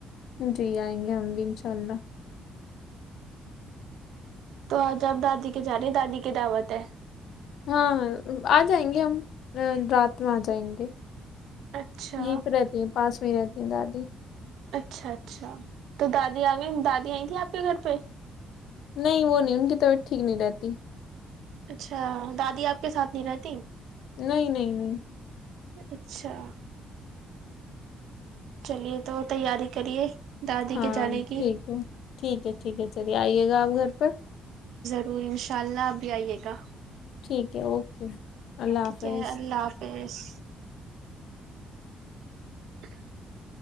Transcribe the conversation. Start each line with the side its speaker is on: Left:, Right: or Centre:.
Left: جی آئیں گے ہم بھی انشا انشاء اللہ
Right: تو آج آپ دادی کے جا رہی ہیں دادی کی دعوت ہے
Left: ہاں ہاں آ جائیں گے ہم رات میں آ جائیں گے
Right: اچھا
Left: یہیں پہ رہتی ہیں پاس میں رہتی دادی
Right: اچھا اچھا تو دادی آ گئی دادی آئی تھی آپ کے گھر پہ
Left: نہیں وہ نہیں ان کی طبیعت ٹھیک نہیں رہتی
Right: اچھا دادی آپ کے ساتھ نہیں رہتی
Left: نہیں نہیں نہیں
Right: اچھا چلیے تو تیاری کریے دادی
Left: ہاں
Right: کے جانے کی
Left: ٹھیک ہے ٹھیک ہے ٹھیک ہے چلیے آئیے گا آپ گھر پہ
Right: تو انشاء اللہ اپ بھی آئیے گا
Left: ٹھیک ہے اوکے اللہ
Right: ٹھیک
Left: حافظ
Right: ہے اللہ <inaudible> <inaudible>